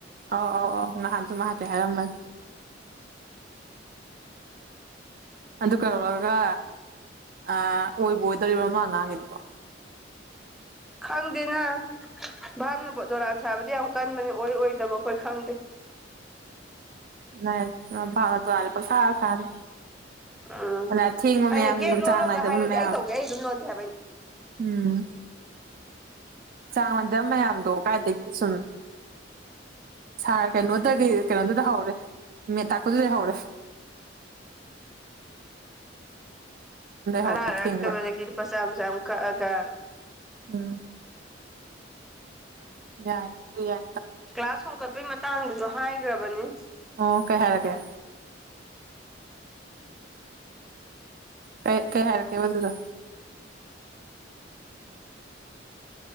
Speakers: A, on the right; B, in the centre.
A: ꯑꯥꯎ ꯑꯥꯎ ꯑꯥꯎ ꯅꯍꯥꯟꯁꯨ ꯃꯍꯥꯛꯁꯦ ꯍꯥꯏꯔꯝꯕꯅꯤ <inaudible> ꯑꯗꯨ ꯀꯩꯧꯔꯒ ꯑꯣꯏꯕ ꯑꯣꯏꯗꯣꯔꯤꯕ ꯃꯃꯥ ꯑꯉꯥꯡꯉꯗꯨꯕꯣ
B: ꯈꯪꯗꯦꯅ ꯚꯥꯞꯅ ꯗꯣꯔꯥꯟ ꯁꯥꯕꯗꯤ ꯌꯥꯝ ꯀꯟꯕꯅꯦ ꯑꯣꯏ ꯑꯣꯏꯗꯕ ꯑꯩꯈꯣꯏ ꯈꯪꯗꯦ
A: ꯅ ꯅ ꯇ ꯑꯦ ꯄ ꯁ ꯁꯅꯤ
B: ꯎꯝ
A: ꯑꯗ ꯑꯊꯦꯡꯕ
B: ꯑꯩꯅ
A: ꯃꯌꯥꯝ
B: ꯒꯦꯠ
A: ꯅꯨꯡ
B: ꯂꯣꯜꯂꯣꯒ
A: ꯆꯥꯡ ꯅꯥꯏꯗꯕ
B: ꯍꯥꯏꯔꯗꯤ
A: ꯃꯌꯥꯝ
B: ꯑꯩ ꯇꯧꯒꯦ ꯑꯩ ꯑꯗꯨꯝ ꯂꯣꯟꯒꯦ ꯍꯥꯏꯕ ꯑꯩꯅ
A: ꯎꯝ ꯆꯥꯡ ꯃꯗꯕ ꯃꯌꯥꯝꯗꯣ ꯀꯥꯏꯗꯒꯤ ꯁꯨꯝ ꯁꯥꯔ ꯀꯩꯅꯣꯗꯒꯤ ꯀꯩꯅꯣꯗꯨꯗ ꯍꯧꯔꯦ ꯃꯦ ꯇꯥꯛꯄꯗꯨꯗꯒꯤ ꯍꯧꯔꯦ <unintelligible> ꯍꯧꯔꯦ
B: ꯑꯔ ꯔꯛꯇꯕꯖꯒ
A: ꯊꯦꯡꯕ
B: ꯒꯤ ꯐꯁ ꯆꯑꯒ
A: ꯎꯝ ꯌꯥꯏꯗꯌꯥ
B: ꯀ꯭ꯂꯥꯁ ꯍꯣꯡꯒꯠꯄꯩ ꯃꯇꯥꯡꯗꯨꯁꯨ ꯍꯥꯏꯈ꯭ꯔꯕꯅꯤ
A: ꯑꯣ ꯀꯩ ꯍꯥꯏꯔꯒꯦ ꯀꯩ ꯀꯩ ꯍꯥꯏꯔꯛꯀꯦꯕ ꯑꯗꯨꯗ